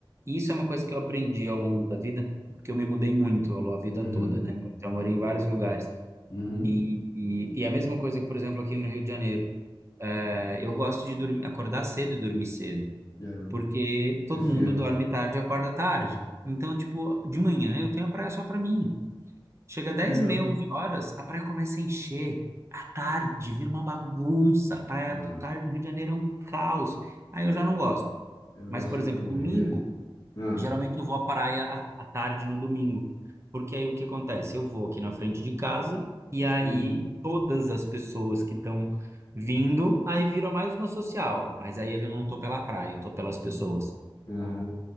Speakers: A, on the right; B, on the left.
A: e isso é uma coisa que eu aprendi ao longo da vida, porque eu me mudei muito ao longo da vida
B: Uhum.
A: toda, né? Eu já morei em vários lugares.
B: Uhum.
A: E, e, e a mesma coisa que, por exemplo, aqui no Rio de Janeiro, é, eu gosto de dormir, acordar cedo e dormir cedo,
B: É, eu
A: porque todo
B: prefiro.
A: mundo dorme tarde e acorda tarde. Então, tipo, de manhã eu tenho a praia só pra mim. Chega dez
B: É,
A: e meia, onze horas, a praia começa a encher. À tarde, vira uma bagunça. A praia
B: Não,
A: do tarde do Rio de Janeiro é um caos. Aí eu já não gosto.
B: eu
A: Mas,
B: gosto
A: por
B: de
A: exemplo,
B: correr.
A: domingo,
B: Ah,
A: geralmente eu vou à praia à, à tarde no domingo. Porque aí o que acontece? Eu vou aqui na frente de casa e aí
B: uhum,
A: todas as pessoas que estão vindo, aí vira mais uma social. Mas aí eu não tô pela praia, eu tô pelas pessoas.
B: aham,